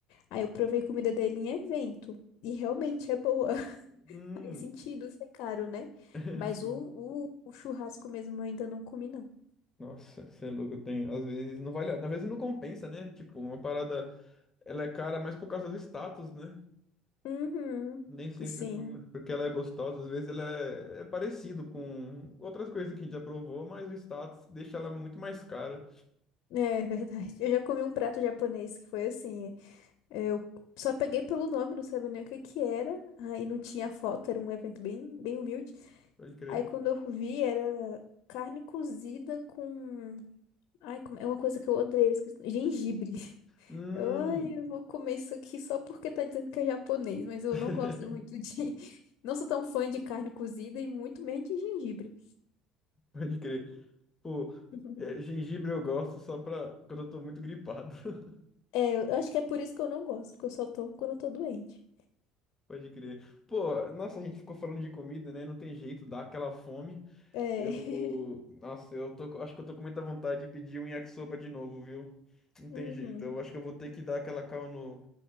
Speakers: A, on the left (about 65°); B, on the left (about 20°).
A: Aí eu provei comida dele em evento. E realmente é boa. <laughs>
B: Hum,
A: Faz sentido ser caro, né?
B: <laughs>
A: Mas
B: sim.
A: o, o, o churrasco mesmo eu ainda não comi, não.
B: Nossa, você é louco, tem. Às vezes não vale, às vezes não compensa, né? Tipo, uma parada, ela é cara mais por causa do status, né?
A: Uhum.
B: Nem sempre
A: Sim.
B: por- porque ela é gostosa, às vezes ela é, é parecido com outras coisas que a gente já provou, mas o status deixa ela muito mais cara.
A: É verdade. Eu já comi um prato japonês que foi assim. é, Eu só peguei pelo nome, não sabia nem o que que era. Aí não tinha foto, era um evento bem, bem humilde.
B: Pode crer.
A: Aí quando eu vi, era carne cozida com. Ai, como- é uma coisa que eu odeio, eu esqueci. Gengibre. <laughs>
B: Hum,
A: Eu, ai, eu vou comer isso aqui só porque tá dizendo que é japonês, mas eu
B: <laughs>
A: não gosto muito de. <laughs> Não sou tão fã de carne cozida e muito menos de gengibre.
B: pode crer. Pô,
A: <laughs>
B: é, gengibre eu gosto só pra quando eu tô muito gripado. <laughs>
A: É, eu acho que é por isso que eu não gosto, porque eu só tomo quando eu tô doente.
B: Pode crer. Pô, nossa, a gente ficou falando de comida, né? Não tem jeito, dá aquela fome.
A: É.
B: Eu,
A: <laughs>
B: nossa, eu tô, com- acho que eu tô com muita vontade de pedir um yakisoba de novo, viu? Não tem
A: Uhum.
B: jeito. Eu acho que eu vou ter que dar aquela calma